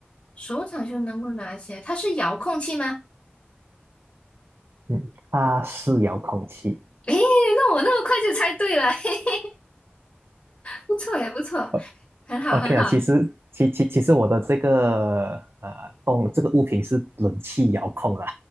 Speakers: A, on the left (about 35°); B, on the right (about 70°).
A: 手掌就能够拿起来，它是遥控器吗？
B: 嗯。它是遥控器。
A: 诶，那我那么快就猜对了，<laughs> 不错也不错，
B: O-
A: 很好很好。
B: OK 啊，其实其其其实我的这个呃动这个物品是冷气遥控啦，